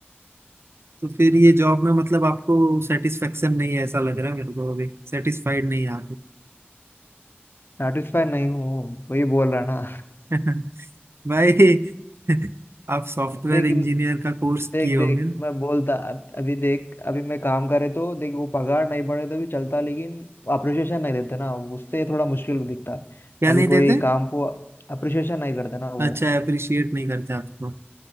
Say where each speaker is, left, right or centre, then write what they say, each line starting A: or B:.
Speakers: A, on the right; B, on the left.
A: तो फिर ये जॉब में मतलब आपको सेटिस्फेक्शन नहीं है ऐसा लग रहा है मेरे को अभी सेटिस्फाइड नहीं है
B: सेटिस्फाई नहीं हूँ वही बोल रहा ना
A: आप <laughs> भाई <laughs> आप सॉफ्टवेयर
B: देख
A: इंजीनियर
B: इम-
A: का कोर्स
B: देख
A: किए
B: देख
A: होंगे ना
B: मैं बोलता अब- अभी देख अभी मैं काम करे तो देख वो पगार नहीं बढ़े तो भी चलता लेकिन अप्रिशिएशन नहीं देते ना उससे थोड़ा मुश्किल दिखता
A: क्या
B: अभी
A: नहीं देते
B: कोई काम को अप्रिशिएशन नहीं करते ना वो
A: अच्छा अप्रिशिएट नहीं करते आपको